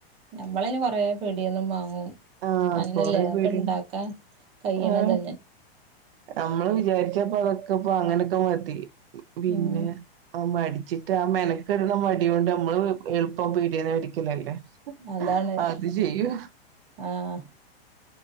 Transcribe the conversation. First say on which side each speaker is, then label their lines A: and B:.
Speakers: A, on the right; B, on the right.
A: നമ്മളയിന് കൊറെ പീടിന്നും വാങ്ങും
B: ആഹ്
A: അങ്ങനെല്ലേ
B: കൊറെ
A: ഒക്കെ
B: പേര്
A: ഇണ്ടാക്കാൻ കൈയണതന്നെ
B: ആഹ് നമ്മള് വിചാരിച്ചപ്പോ അതൊക്കെപ്പോ അങ്ങനെക്കെ മതി പിന്നെ
A: ഉം
B: ആ മ ടിച്ചിട്ട് ആ മെനക്കെടുന്നമ ടിയോണ്ട് നമ്മള് എളുപ്പംപീടീന്ന് ക്ക്ണല്ലേ
A: അതാണ്
B: ഹ് അത് ചെയ്യൂ
A: ആഹ്